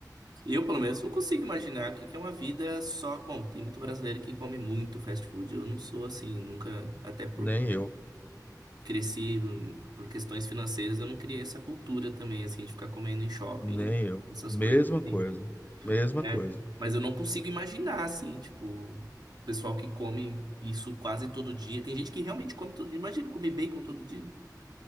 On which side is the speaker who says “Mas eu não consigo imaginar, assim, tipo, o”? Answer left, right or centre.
Right